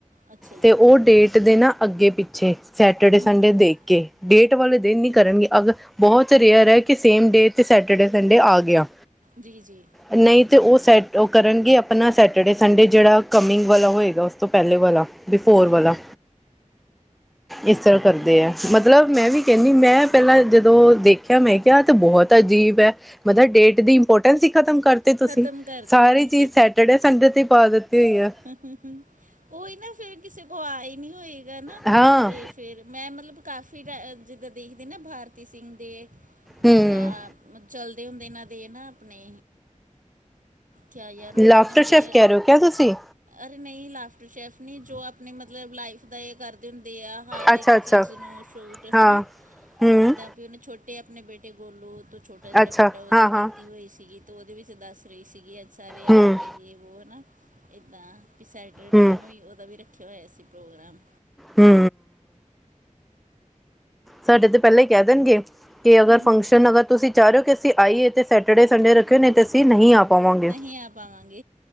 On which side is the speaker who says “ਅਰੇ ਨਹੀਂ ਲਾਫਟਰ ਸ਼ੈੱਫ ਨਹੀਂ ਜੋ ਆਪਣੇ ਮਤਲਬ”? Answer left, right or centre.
Right